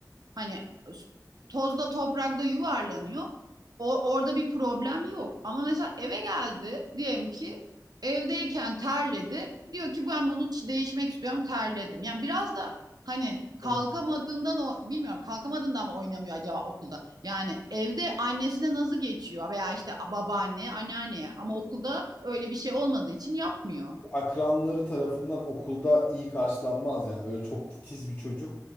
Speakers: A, on the right (about 65°); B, on the left (about 25°).
A: Hani tozda toprakta yuvarlanıyor. O, orada bir problem yok. Ama mesela eve geldi diyelim ki evdeyken terledi. Diyor ki ben bunu ç- değişmek istiyorum terledim. Yani biraz da hani kalkamadığından
B: o
A: o bilmiyorum kalkamadığından mı oynamıyor acaba okulda? Yani evde annesine nazı geçiyor veya işte babaanne, anneanneye ama okulda öyle bir şey olmadığı için yapmıyor.
B: akranları tarafından okulda iyi karşılanmaz yani. Böyle çok titiz bir çocuk